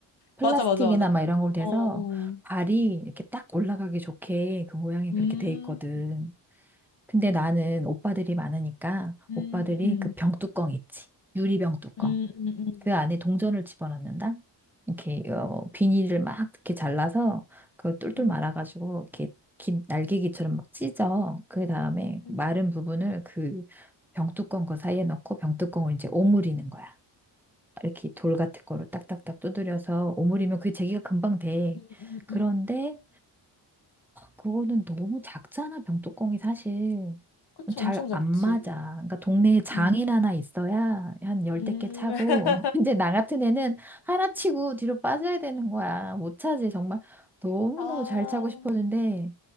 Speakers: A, in the centre; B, on the left.
A: 플라스틱이나
B: 맞아, 맞아, 맞아.
A: 막 이런 걸로 돼서
B: 어, 어.
A: 발이 이렇게 딱 올라가기 좋게 그 모양이 그렇게
B: 음,
A: 돼 있거든.
B: 음,
A: 근데 나는 오빠들이 많으니까
B: 음,
A: 오빠들이 그 병뚜껑 있지. 유리병 뚜껑.
B: 음, 음, 음.
A: 그 안에 동전을 집어넣는다? 이렇게 어, 비닐을 막 이렇게 잘라서 그거 똘똘
B: 음.
A: 말아가지고 이렇게 긴 날개기처럼 막 찢어. 그 다음에
B: 음,
A: 마른 부분을 그 병뚜껑 그 사이에 넣고 병뚜껑을 이제 오므리는 거야. 이렇게 돌 같은 거로 딱딱딱 두드려서 오므리면 그 제기가 금방 돼.
B: 음, 음,
A: 그런데
B: 음.
A: 그거는 너무 작잖아, 병뚜껑이 사실.
B: 그치,
A: 잘
B: 엄청 작지.
A: 안 맞아. 그러니까 동네에 장일
B: 음,
A: 하나 있어야 한 열댓
B: 음,
A: 개 차고,
B: <laughs>
A: <laughs> 이제 나 같은 애는 하나 치고 뒤로 빠져야 되는 거야. 못 차지, 정말. 너무너무
B: 아,
A: 잘 차고 싶었는데,